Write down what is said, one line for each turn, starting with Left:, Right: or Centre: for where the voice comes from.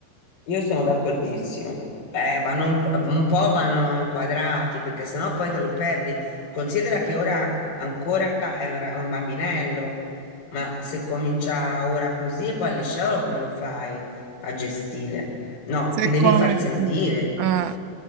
Left: Io sono d'accordissimo. Eh, vanno un, po' un po' vanno inquadrati perché sennò poi te lo perdi. Considera che ora ancora è un ra- un bambinello, ma se comincia ora così e poi al liceo come lo fai a gestire? No,
Right: Se
Left: ti devi
Right: come...
Left: far sentire.
Right: Eh,